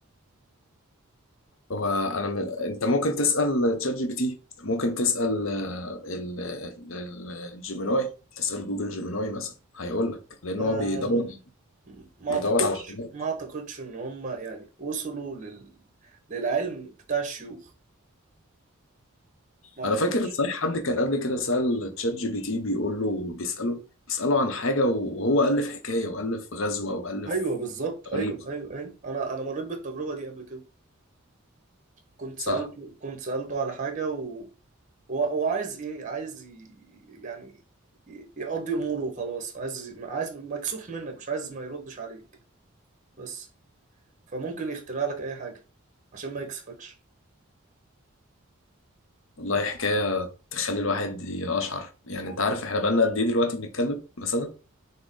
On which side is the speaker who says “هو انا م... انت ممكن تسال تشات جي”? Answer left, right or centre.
Left